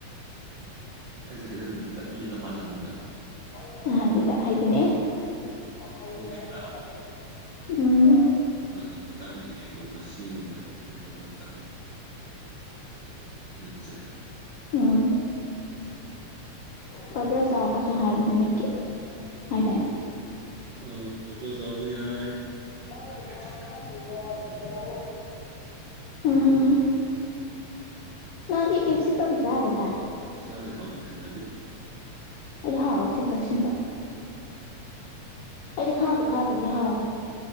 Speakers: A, on the right (about 70°); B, on the left (about 75°).
A: ꯑꯩꯁꯨ ꯍꯩꯖꯟꯕꯗꯤ ꯀꯠꯃꯅꯤꯗ ꯃꯥꯜꯍꯟꯅꯤꯡꯗ <unintelligible>
B: <unintelligible> <unintelligible>
A: ꯃꯤꯅ ꯍꯦꯛ ꯇꯥꯕ
B: ꯎꯝ
A: ꯃꯥꯅꯤ ꯚꯤꯇꯥꯃꯤꯟ ꯑꯦꯒꯨꯝꯕ ꯁꯤꯒꯨꯝꯕ ꯏꯒꯨꯝꯕ ꯑꯗꯨꯝ ꯀꯥꯟꯅꯩ
B: <inaudible>
A: ꯅꯠꯇꯦ
B: ꯎꯝ ꯒꯖꯔ ꯆꯥꯎꯒꯁꯨ ꯍꯥꯏꯕꯅ‌‌ꯦ ꯃꯤꯠꯀꯤ ꯍꯥꯏꯗꯥꯏꯅꯦ
A: ꯑꯣꯖ ꯎꯈ ꯌꯥꯏ
B: <unintelligible>
A: ꯀꯦꯞꯁꯨ
B: ꯎꯝ ꯅꯪꯗꯤ ꯀꯞꯁꯤ ꯀꯝꯖꯥꯗ ꯇꯥꯏ
A: ꯈꯔꯗꯤ ꯍꯥꯎꯇꯦ ꯍꯩꯅꯗꯦ
B: ꯑ ꯍꯥꯎ ꯆꯤ ꯆꯤꯟꯊ ꯑꯩꯗꯤ ꯈꯥꯕꯣ ꯈꯥꯗꯦ ꯊꯤ ꯍꯥꯎꯔꯦ